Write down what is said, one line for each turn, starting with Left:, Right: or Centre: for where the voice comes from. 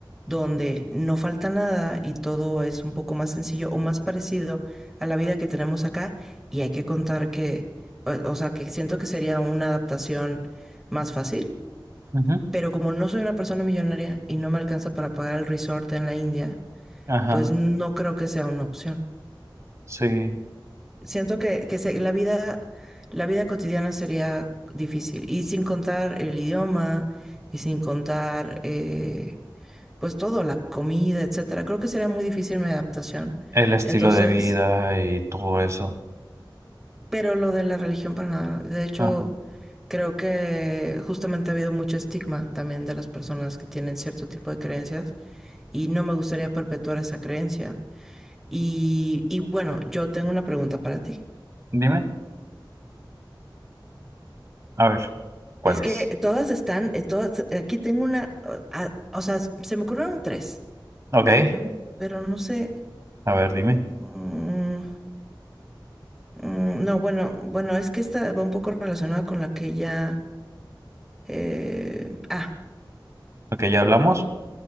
Centre: donde no falta nada y todo es un poco más sencillo o más parecido a la vida que tenemos acá. Y hay que contar que, o o sea, que siento que sería una adaptación más fácil.
Right: ujú,
Centre: Pero como no soy una persona millonaria y no me alcanza para pagar el resort en la India,
Right: ajá,
Centre: pues no creo que sea una opción.
Right: sí.
Centre: Siento que, que se- la vida, la vida cotidiana sería difícil. Y sin contar el idioma, y sin contar, eh, pues todo, la comida, etcétera. Creo que sería muy difícil mi adaptación.
Right: El estilo
Centre: Entonces,
Right: de vida y todo eso.
Centre: pero lo de la religión para nada. De hecho,
Right: Ajá.
Centre: creo que justamente ha habido mucho estigma también de las personas que tienen cierto tipo de creencias. Y no me gustaría perpetuar esa creencia. Y, y bueno, yo tengo una pregunta para ti.
Right: Dime, a ver, ¿cuál
Centre: Es
Right: es?
Centre: que todas están, eh, todas, aquí tengo una, ah, ah, o sea, se me ocurrieron tres,
Right: Ok,
Centre: pero, pero no sé.
Right: a ver, dime.
Centre: Mm, mm, no, bueno, bueno, es que esta va un poco relacionada con la que ya... eh, ah,
Right: Ok, ¿ya hablamos?